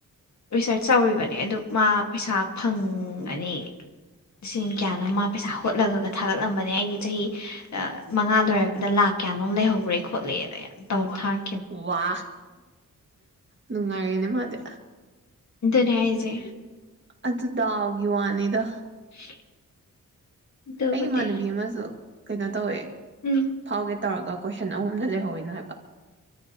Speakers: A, on the left; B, on the right.
A: ꯔꯤꯁꯔꯁ ꯇꯧꯔꯤꯕꯅꯦ ꯑꯗꯨ ꯃꯥ ꯄꯩꯁꯥ ꯐꯪꯉꯅꯤ ꯂꯤꯁꯤꯡ ꯀꯌꯥꯅꯣ ꯃꯥ ꯄꯩꯁꯥ ꯍꯣꯠꯂꯒꯒ ꯊꯥꯒꯠꯂꯝꯕꯅꯦ ꯑꯩꯗꯤ ꯆꯍꯤ ꯃꯉꯥ ꯂꯣꯏꯔꯛꯄꯗ ꯂꯥꯛ ꯀꯌꯥꯅꯣꯝ ꯂꯩꯍꯧꯔꯦ ꯈꯣꯠꯂꯦꯅꯧ ꯊꯥ
B: ꯋꯥ ꯅꯨꯡꯉꯥꯏꯔꯦꯅꯦ ꯃꯥꯗꯤ
A: ꯑꯗꯨ ꯍꯥꯏꯁꯦ
B: ꯑꯗꯨꯗꯥꯎꯒꯤ ꯋꯥꯅꯦꯗ
A: <unintelligible> ꯑꯗꯨꯕꯨꯗꯤ
B: ꯑꯩ ꯏꯃꯥꯟꯅꯕꯤ ꯑꯃꯁꯨ ꯀꯩꯅ ꯇꯧꯋꯦ
A: ꯎꯝ
B: ꯐꯥꯎꯒꯦ ꯇꯧꯔꯒ ꯀꯣꯏꯁꯟ ꯑꯍꯨꯝꯗ ꯂꯩꯍꯧꯋꯤꯅ ꯍꯥꯏꯕ